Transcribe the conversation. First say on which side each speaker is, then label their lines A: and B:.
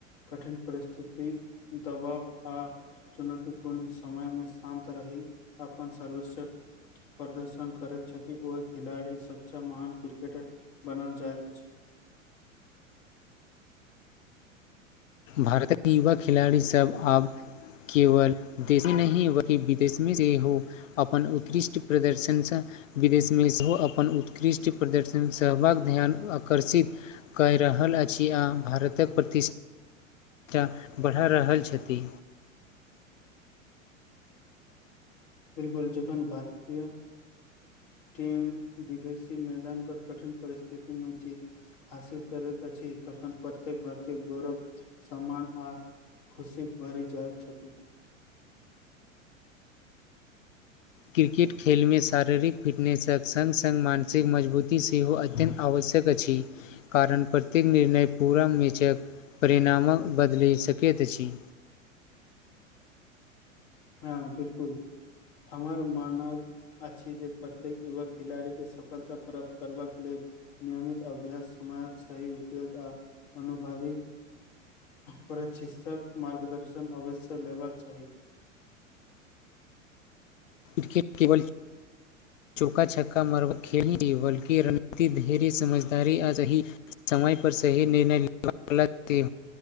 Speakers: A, on the left; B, on the left.
A: कठिन परिस्थिति दबाव आ चुनौतीपूर्ण समय मे शान्त रहि अपन सर्वोच्च प्रदर्शन करैत छथि ओहि खिलड़ी सच्चा महान क्रिकेटर बनल जाइत अछि
B: भारतीय युवा खेलाड़ी सब आब केवल देश ही नहि बलकि विदेश में सेहो अपन उत्कृष्ट प्रदर्शनसँ विदेश में सेहो अपन उत्कृष्ट प्रदर्शन सेबाक ध्यान आकर्षित कऽ रहल अछि आ भारतक प्रतिष्ठ बढ़ा रहल छथि
A: बिलकुल जखन भारतीय टीम विदेशी मैदान पर कठिन परिस्थिति में जीत हासिल करैत अछि छी तखन प्रत्येक भरतीय गौरव सम्मान आ खुशी भरी जाइत छथि
B: क्रिकेट खेलमे शारीरिक फिटनेसक संग संग मानसिक मजबूती सेहो अत्यन्त आवश्यक अछि कारण प्रत्येक निर्णय पूरा मेचक परिणामक बदलि सकैत अछि
A: हँ बिलकुल हमर मानब अछि जे प्रत्येक युवा खेलाड़ी के सफलता प्राप्त करबाक लेल नियमित अभ्यस समय सही उद्योग आ अनुभवी प्रचिकित्सक मार्गदर्शन अवश्य लेबाक चाही
B: क्रिकेट केवल चौका छका मारब खेल नहि बल्कि रणनीति ढेरी समझदारी आ समय पर सही निर्णय ले